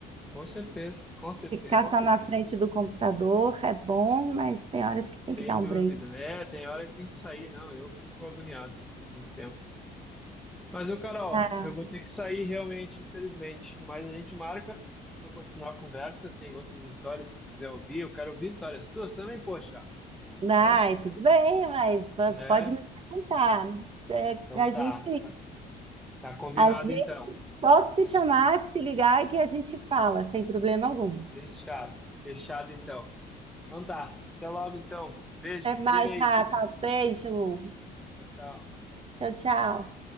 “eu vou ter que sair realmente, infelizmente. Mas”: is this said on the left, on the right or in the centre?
Centre